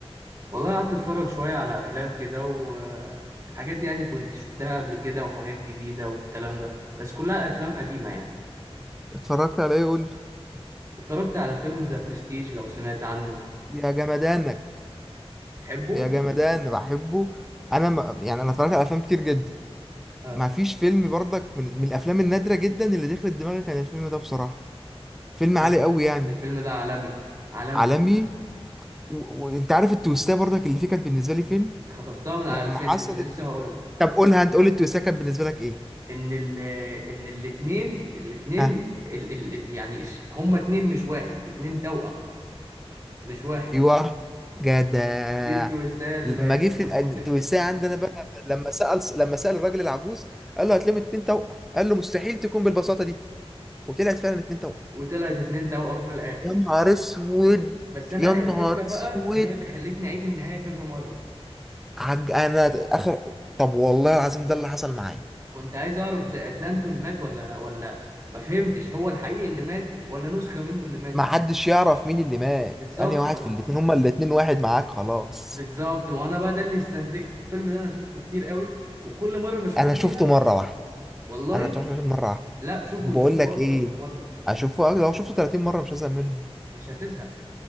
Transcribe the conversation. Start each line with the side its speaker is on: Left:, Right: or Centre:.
Right: والله قعدت اتفرج شوية على افلام كده وحاجات يعني كنت شفتها قبل كده وحاجات جديدة والكلام ده بس كلها افلام قديمة يعني
Centre: اتفرجت على ايه قول لي.
Right: اتفرجت على فيلم ذا برستيج لو سمعت عنه
Centre: يا جمدانك
Right: بتحبه
Centre: يا جمدان بحبه انا ما يعني انا اتفرجت على افلام كتير جدا
Right: اه
Centre: ما فيش فيلم برضك من, من الافلام النادره جدا اللي دخلت دماغي كان الفيلم ده بصراحه فيلم عالي
Right: أنا-
Centre: قوي يعني
Right: الفيلم ده عالمي عالمي
Centre: عالمي و- وانت عارف التويستات برضك اللي فيه كانت بالنسبه لي فين
Right: خطفتها من على
Centre: لما
Right: لساني
Centre: حصلت
Right: كنت لسه هقول لك
Centre: طب قولها انت قول التويستات كانت بالنسبه لك ايه
Right: ان ال ان الاتنين الاتنين
Centre: ها
Right: ال ال ال يعني إش- هما اتنين مش واحد اتنين توأم مش واحد
Centre: ايوه جدع
Right: دي التويستاية اللي
Centre: لما جه في
Right: خبطتني
Centre: التوسعه عندنا بقى لما سأل لما سأل الراجل العجوز قال له هتلم اتنين توأم قال له مستحيل تكون بالبساطه دي وطلعت فعلا اتنين توأم
Right: وطلعت اتنين توأم في الآخر
Centre: يا نهار اسود
Right: بس أنا
Centre: يا
Right: آخر
Centre: نهار
Right: حتة بقى
Centre: اسود
Right: هي اللي خلتني أعيد النهاية كذا مرة
Centre: عج... انا اخر طب والله العظيم ده اللي حصل معايا
Right: كنت عايز أعرف د- دانتون مات ولا ولا ما فهمتش هو الحقيقي اللي مات ولا نسخة منه اللي ماتت
Centre: ما حدش يعرف مين اللي مات
Right: بالظبط
Centre: انا واحد
Right: ما
Centre: في
Right: أنا
Centre: الاتنين هما الاتنين واحد معاك خلاص
Right: بالظبط ما أنا بقى ده اللي استنتجته الفيلم ده أنا شفته كتير قوي وكل مرة بشوفه
Centre: انا شفته
Right: فيها
Centre: مره واحده
Right: والله
Centre: انا شفته مره واحده
Right: لا شوفوا
Centre: وبقول
Right: شوفوا
Centre: لك
Right: أكتر
Centre: ايه
Right: من مرة
Centre: اشوفه لو شفته 30 مره مش هزهق منه
Right: مش هتزهق